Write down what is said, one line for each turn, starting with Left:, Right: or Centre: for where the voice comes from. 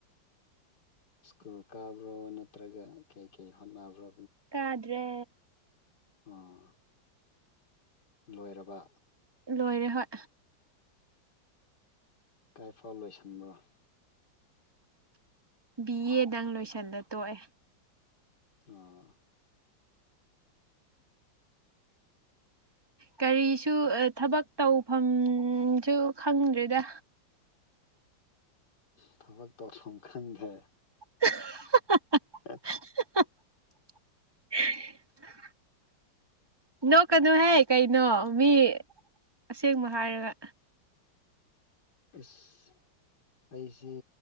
Left: ꯁ꯭ꯀꯨꯜ ꯀꯥꯕ꯭ꯔꯣ ꯅꯠꯇ꯭ꯔꯒ ꯀꯩꯀꯩ ꯍꯣꯠꯅꯕ꯭ꯔꯣ
Right: ꯀꯗ꯭ꯔꯦ
Left: ꯑꯣ ꯂꯣꯏꯔꯕ
Right: ꯂꯣꯏꯔꯦ ꯍꯣꯏ
Left: ꯀꯥꯏꯐꯥꯎ ꯂꯣꯏꯁꯟꯕ꯭ꯔꯥ
Right: ꯕꯤ ꯑꯦꯗꯪ ꯂꯣꯏꯁꯜꯂ ꯇꯣꯛꯑꯦ
Left: ꯑꯥ <inaudible>
Right: ꯀꯔꯤꯁꯨ ꯊꯕꯛ ꯇꯧꯐꯝꯁꯨ ꯈꯪꯗ꯭ꯔꯦꯗ
Left: ꯊꯕꯛ ꯇꯧꯐꯝ ꯈꯪꯈ꯭ꯔꯦ
Right: <inaudible>
Left: ꯑ
Right: <inaudible> ꯅꯣꯛꯀꯅꯨꯍꯦ ꯀꯩꯅꯣ ꯃꯤ ꯑꯁꯦꯡꯕ ꯍꯥꯏꯔꯒ
Left: ꯏꯁꯁ ꯑꯩꯁꯦ